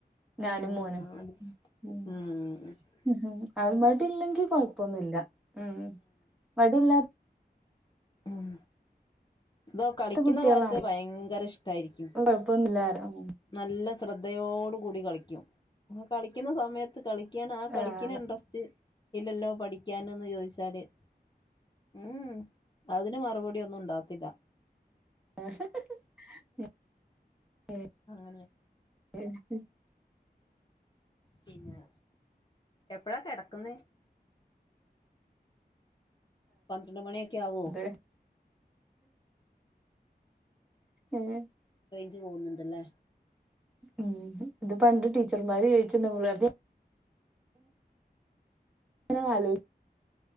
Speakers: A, on the left; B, in the centre.
A: നോക്കണ്ട
B: ഞാനും മോനും ഉം ഉം ഉം ഹും അഅ് വടില്ലെങ്കി കൊഴപ്പൊന്നുല്ല ഉം വടിയില്ലാ
A: ഉം തോ കളിക്കുന്ന
B: കുട്ടികളാണ്
A: കാര്യത്തി ഭയങ്കര ഇഷ്ടായിരിക്കും.
B: കൊഴപ്പൊന്നുല്ല പറയും
A: നല്ല ശ്രദ്ധയോട് കൂടി കളിക്കും ആകളിക്കുന്ന സമയത്ത് കളി ക്ക്യാനാ കളിക്ക്യണ
B: ആഹ്
A: ഇൻട്രസ്റ്റ് ഇല്ലല്ലോ പഠിക്ക്യാന് ന്ന് ചോയ്ച്ചാല് ഉം ഉം അതിന് മറുപടിയൊന്നുണ്ടാവത്തില്ല.
B: ആ <unintelligible>
A: അങ്ങനെയാ.
B: ഉം ഹ്
A: പിന്നെ. എപ്പഴാ കെടക്കുന്നേ പന്ത്രണ്ട് മണിയൊക്കവോ
B: അതെ ഉം
A: റെയ്ഞ്ച് പോവുന്നുണ്ട്ല്ലേ
B: ഉം ഇത് പണ്ട് ടീച്ചർമാര് ചോയ്ച്ച് ണ്ടാവു അതെ ഞാൻ ഇങ്ങനെ ആലോചി